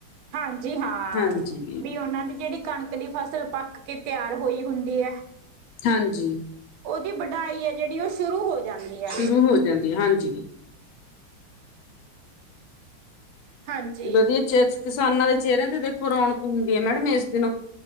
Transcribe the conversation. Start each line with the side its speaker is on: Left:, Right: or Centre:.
Right: ਹਾਂਜੀ, ਹਾਂ
Left: ਹਾਂਜੀ
Right: ਵੀ ਉਹਨਾਂ ਦੀ ਜਿਹੜੀ ਕਣਕ ਦੀ ਫਸਲ ਪੱਕ ਕੇ ਤਿਆਰ ਹੋਈ ਹੁੰਦੀ ਹੈ।
Left: ਹਾਂਜੀ,
Right: ਉਹਦੀ ਵਢਾਈ ਹੈ ।ਜਿਹੜੀ ਉਹ ਸ਼ੁਰੂ ਹੋ ਜਾਂਦੀ ਹੈ
Left: ਸ਼ੁਰੂ ਹੋ ਜਾਂਦੀ ।ਹਾਂਜੀ।
Right: ਹਾਂਜੀ
Left: ਵਧੀਆ ਚ ਕਿਸਾਨਾਂ ਦੇ ਚਿਹਰਿਆਂ ਤੇ ਦੇਖੋ ਰੌਣਕ ਹੁੰਦੀ ਹੈ। ਮੈਡਮ ਇਸ ਦਿਨ